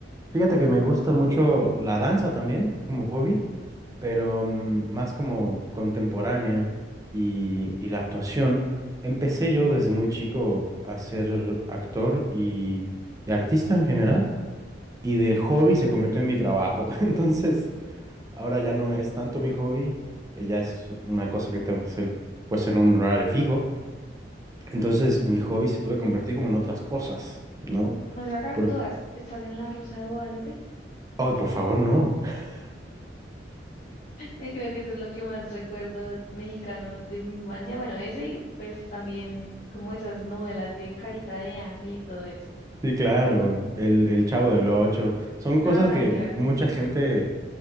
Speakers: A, on the right; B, on the left.
A: Fíjate que me gusta mucho la danza también como hobby, pero mm, más como contemporánea y, y la actuación. Empecé yo desde muy chico a ser actor y y artista en general. y de hobby se convirtió en mi trabajo. <laughs> Entonces, ahora ya no es tanto mi hobby, eh, ya es una cosa que tengo que hacer pues en un horario fijo. Entonces, mi hobby se tuve que convertir como en otras cosas, ¿no?
B: O sea, que actúas,
A: Por...
B: estás en la Rosa de Guadalupe.
A: Ay, por favor, no. <laughs>
B: Eh, creo que eso es lo que más recuerdo mexicano de mi infancia. Bueno, ese y pues también como esas novelas de Carita de Ángel y todo eso.
A: Sí, claro, el, el Chavo del Ocho. Son cosas
B: Ah,
A: que m-
B: claro.
A: mucha gente